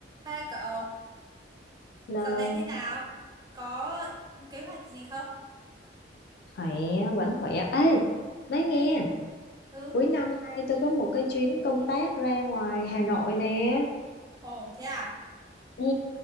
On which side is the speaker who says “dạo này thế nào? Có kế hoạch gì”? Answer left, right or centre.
Right